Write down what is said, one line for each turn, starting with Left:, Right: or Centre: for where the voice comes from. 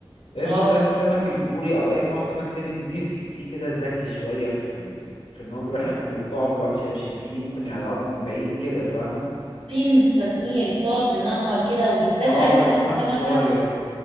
Left: غير
Right: اه
Left: مثلا السمك البوري او اي نوع سمك تاني نضيف تحسيه كده ذكي شويه في ال... في ان هو بيروح ياكل الطعم يقعد يشمشم فيه ممكن يقعده من بعيد كده فاهمه
Right: في التنقيل بتقعد تنقر كده وبالذات
Left: اه
Right: عارف
Left: ده
Right: اني
Left: السمك
Right: سمكة
Left: الصغير